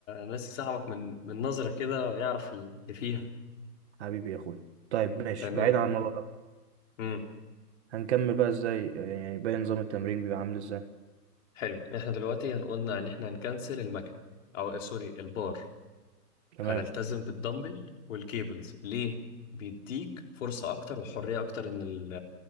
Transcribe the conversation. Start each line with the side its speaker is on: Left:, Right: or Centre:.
Left: ناسي صاحبك من من نظره كده ويعرف اللي فيها
Right: حبيبي يا اخوي طيب ماشي
Left: تمام
Right: بعيد عن الموضوع ده
Left: امم
Right: هنكمل بقى ازاي يعني باقي نظام التمرين بيبقى عامل ازاي
Left: حلو احنا دلوقتي هنقولنا ان احنا هنكنسل المكان او آه، سوري البار
Right: تمام
Left: هنلتزم بالدمبل والكيبلز ليه بيديك فرصة أكتر وحرية أكتر إن ال-